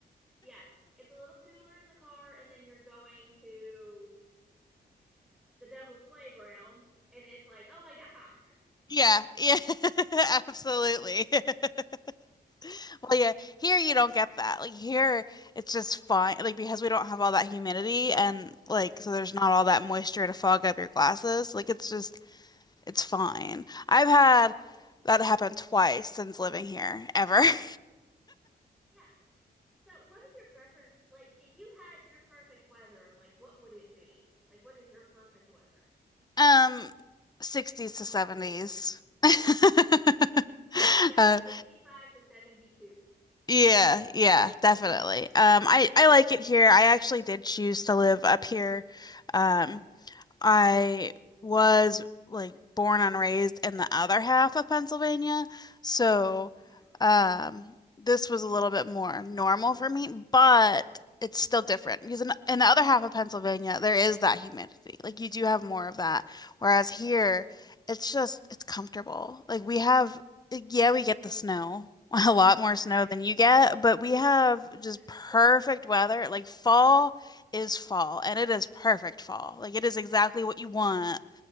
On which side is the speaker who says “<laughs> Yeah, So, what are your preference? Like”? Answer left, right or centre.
Centre